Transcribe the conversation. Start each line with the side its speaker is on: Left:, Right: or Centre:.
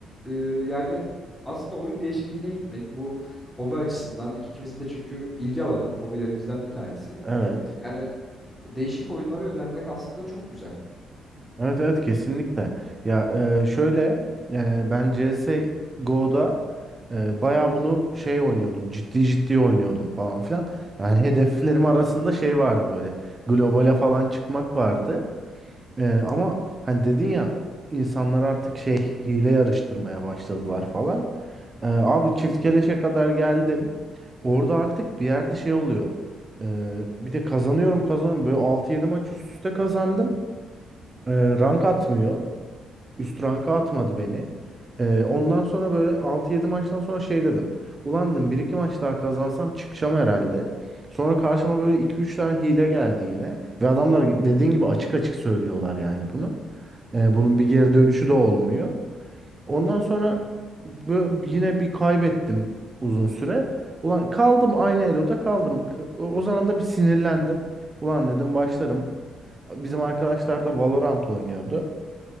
Centre: e, yani aslında oyun değişikliğine gitmek bu hobi açısından ikimizin de çünkü ilgi alanı hobilerimizden bir tanesi.
Right: Evet.
Centre: Yani değişik oyunlara yönelmek aslında çok güzel.
Right: Evet evet kesinlikle. Ya e, şöyle e, ben CSGO'da e, bayağı bunu şey oynuyordum. Ciddi ciddi oynuyordum falan filan. Yani hedeflerim arasında şey vardı böyle. Globale falan çıkmak vardı. E, ama hani dedin ya insanlar artık şey hile yarıştırmaya başladılar falan. E, abi çift keleşe kadar geldim. Orada artık bir yerde şey oluyor. E, bir de kazanıyorum kazanıyorum. Böyle altı yedi maç üst üste kazandım. E, rank atmıyor. Üst ranka atmadı beni. Ee, ondan sonra böyle altı yedi maçtan sonra şey dedim. Ulan dedim bir iki maç daha kazansam çıkacağım herhalde. Sonra karşıma böyle iki üç tane hile geldi yine. Ve adamlar dediğin gibi açık açık söylüyorlar yani bunu. Ee, bunun bir geri dönüşü de olmuyor. Ondan sonra bö- yine bir kaybettim uzun süre. Ulan kaldım aynı eloda kaldım. K- O zaman da bir sinirlendim. Ulan dedim başlarım. Bizim arkadaşlar da Valorant oynuyordu.